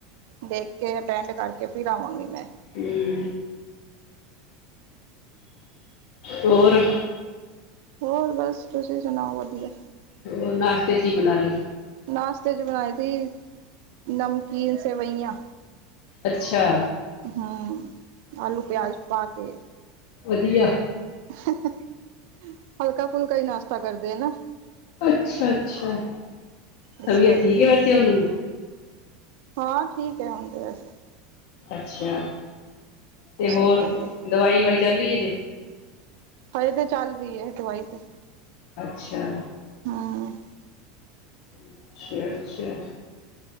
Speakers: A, on the right (about 70°); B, on the left (about 65°).
A: ਦੇਖ ਕੇ, ਅਟੈਂਡ ਕਰਕੇ ਫਿਰ ਆਵਾਂਗੀ ਮੈਂ।
B: ਕੀ ਹੋਰ।
A: ਹੋਰ ਬਸ ਤੁਸੀਂ ਸੁਣਾਓ ਵਧੀਆ।
B: ਉਹ ਨਾਸ਼ਤੇ ਚ ਈ ਬਣਾ ਲੇ।
A: ਨਾਸ਼ਤੇ ਚ ਬਣਾਈ ਤੀ ਨਮਕੀਨ ਸੇਵਈਆਂ।
B: ਅੱਛਾ।
A: ਹਾਂ, ਆਲੂ ਪਿਆਜ ਪਾ ਕੇ।
B: ਵਧੀਆ।
A: <unintelligible> ਹਲਕਾ-ਫੁਲਕਾ ਈ ਨਾਸ਼ਤਾ ਕਰਦੇ ਏ ਨਾ।
B: ਅੱਛਾ ਅੱਛਾ,
A: ਇਸ
B: ਤਬੀਅਤ
A: ਕਰਕੇ
B: ਠੀਕ ਐ ਵੈਸੇ ਹੁਣ।
A: ਹਾਂ ਠੀਕ ਐ ਹੁਣ ਤੇ ਵੈਸੇ।
B: ਅੱਛਾ ਤੇ ਹੋਰ
A: ਸਭ ਵਧੀਆ
B: ਦਵਾਈ-ਵਾਈ ਚੱਲੀ ਐ ਜੇ।
A: ਹਜੇ ਤੇ ਚੱਲ ਰਹੀ ਐ ਦਵਾਈ ਤੇ।
B: ਅੱਛਾ।
A: ਹੂੰ
B: ਅੱਛਾ ਅੱਛਾ,